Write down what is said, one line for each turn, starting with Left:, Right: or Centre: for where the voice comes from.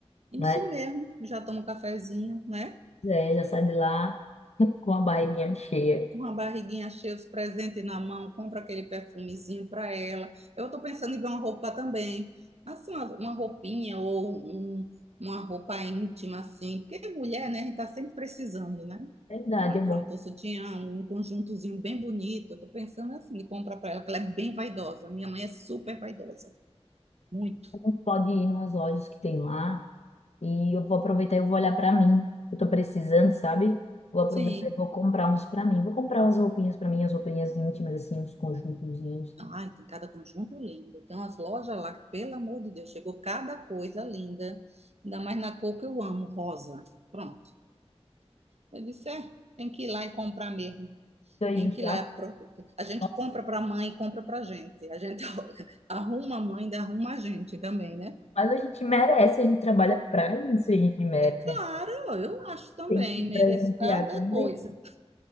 Right: isso
Left: né?
Right: mesmo. Já toma um cafezinho, né?
Left: É, já sai de lá <laughs> com a barriguinha cheia.
Right: com a barriguinha cheia dos presentes na mão, compra aquele perfumezinho para ela. Eu estou pensando em ver uma roupa também, assim, uma, uma roupinha ou um- uma roupa íntima, assim, porque mulher, né, a gente está sempre precisando, né?
Left: Verdade,
Right: Aí
Left: é bom.
Right: pronto, o sutiã, um conjuntozinho bem bonito, eu tô pensando assim, de comprar para ela, que ela é bem vaidosa, minha mãe é super vaidosa, muito.
Left: A gente pode ir nas lojas que tem lá e eu vou aproveitar e eu vou olhar pra mim. Eu tô precisando, sabe? Vou aproveitar
Right: Sim.
Left: e vou comprar uns pra mim. Vou comprar umas roupinhas pra mim, as roupinhas íntimas, assim, uns conjuntozinhos.
Right: Ai, tem cada conjunto lindo. Tem umas lojas lá que, pelo amor de Deus, chegou cada coisa linda. Ainda mais na cor que eu amo, rosa. Pronto. Eu disse, é, tem que ir lá e comprar mesmo.
Left: Então a
Right: Tem
Left: gente
Right: que
Left: já.
Right: ir lá. e aproveitar. A gente
Left: Nossa,
Right: compra para a mãe, e compra para a gente. A gente <laughs> arruma a mãe, e ainda arruma a gente também, né?
Left: mas a gente merece, a gente trabalha pra isso, a gente merece.
Right: Claro, eu acho também.
Left: Tem que
Right: Mereço
Left: presentear
Right: cada
Left: também.
Right: coisa.